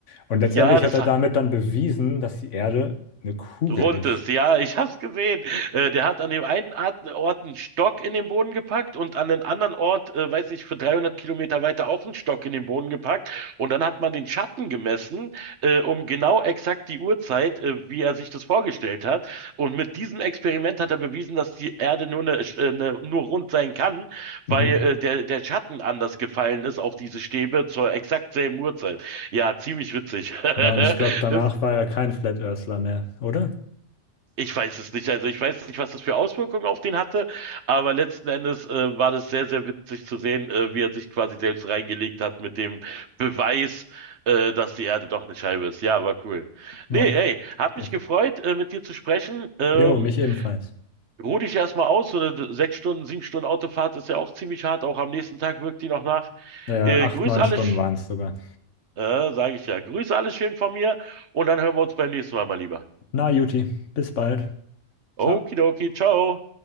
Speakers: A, on the left; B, on the right.
A: Und letztendlich
B: ja, das,
A: hat er damit dann bewiesen, dass die Erde eine Kugel
B: Rundes,
A: ist.
B: ja, ich hab's gesehen. Äh, der hat an dem einen Art- Ort einen Stock in den Boden gepackt und an den anderen Ort, äh, weiß ich, für 300 Kilometer weiter auch einen Stock in den Boden gepackt. Und dann hat man den Schatten gemessen, äh, um genau exakt die Uhrzeit, äh, wie er sich das vorgestellt hat. Und mit diesem Experiment hat er bewiesen, dass die Erde nur, eine, äh, eine, nur rund sein kann,
A: Mhm.
B: weil äh, der, der Schatten anders gefallen ist auf diese Stäbe zur exakt selben Uhrzeit. Ja, ziemlich witzig. <laughs>
A: Ja, und ich glaube, danach
B: Das,
A: war er kein Flat Earthler mehr, oder?
B: ich weiß es nicht. Also ich weiß nicht, was das für Auswirkungen auf den hatte, aber letzten Endes äh, war das sehr, sehr witzig zu sehen, äh, wie er sich quasi selbst reingelegt hat mit dem Beweis, äh, dass die Erde doch eine Scheibe ist. Ja, war cool. Nee,
A: Na,
B: ey, hat mich
A: echt.
B: gefreut, äh, mit dir zu sprechen. Ähm,
A: Jo, mich ebenfalls.
B: ruh dich erstmal aus. So eine sechs Stunden, sieben Stunden Autofahrt ist ja auch ziemlich hart. Auch am nächsten Tag wirkt die noch nach.
A: Äh, acht,
B: Äh, grüß
A: neun
B: alle,
A: Stunden
B: sch-
A: waren es sogar.
B: äh, sage ich ja. Grüß alle schön von mir und dann hören wir uns beim nächsten Mal mal lieber.
A: Na, Juti, bis bald.
B: Okidoki,
A: Ciao.
B: ciao.